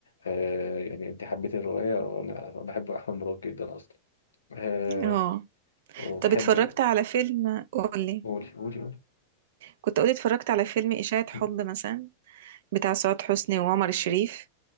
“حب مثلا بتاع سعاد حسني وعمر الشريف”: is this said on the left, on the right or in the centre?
Right